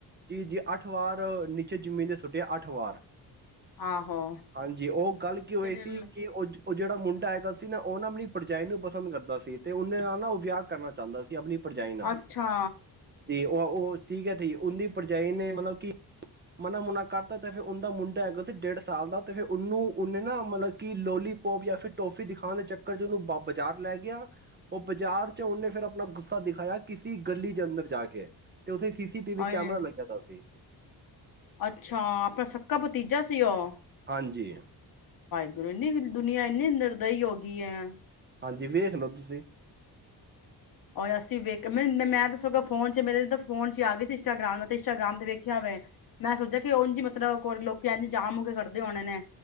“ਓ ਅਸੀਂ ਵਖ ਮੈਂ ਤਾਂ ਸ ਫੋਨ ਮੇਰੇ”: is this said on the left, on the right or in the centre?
Left